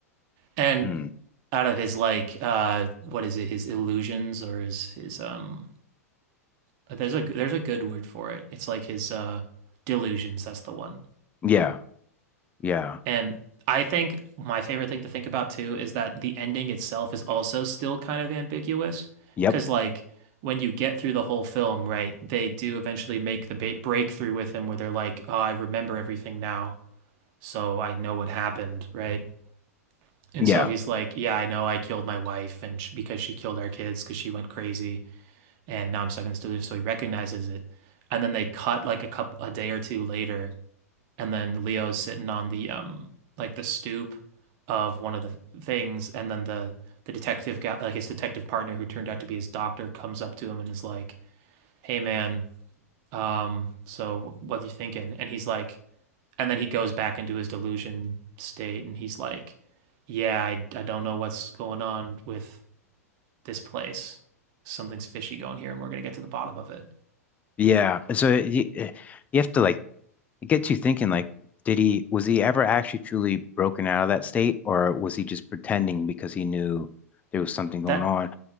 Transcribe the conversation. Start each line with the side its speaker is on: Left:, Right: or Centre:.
Right: and
Left: hmm.
Right: out of his like uh what is it his illusions or his his um But there's a there's a good word for it. It's like his uh delusions, that's the one.
Left: Yeah, yeah,
Right: And I think my favorite thing to think about too is that the ending itself is also still kind of ambiguous
Left: yep,
Right: because like when you get through the whole film, right, they do eventually make the ba breakthrough with him where they're like, "Oh, I remember everything now, so I know what happened," right? And
Left: yeah.
Right: so he's like, "Yeah, I know I killed my wife and sh because she killed our kids because she went crazy." and now I'm stuck in this delusion, So he recognizes it, and then they cut like a couple a day or two later, and then Leo's sitting on the um like the stoop of one of the things, and then the the detective guy, like his detective partner, who turned out to be his doctor, comes up to him and is like, "Hey, man, um, so what are you thinking?" And he's like, and then he goes back into his delusion state, and he's like, "Yeah, I, I don't know what's going on with this place. Something's fishy going here, and we're gonna get to the bottom of it."
Left: Yeah. So you, you have to like it gets you thinking like did he was he ever actually truly broken out of that state or was he just pretending because he knew there was something going
Right: That
Left: on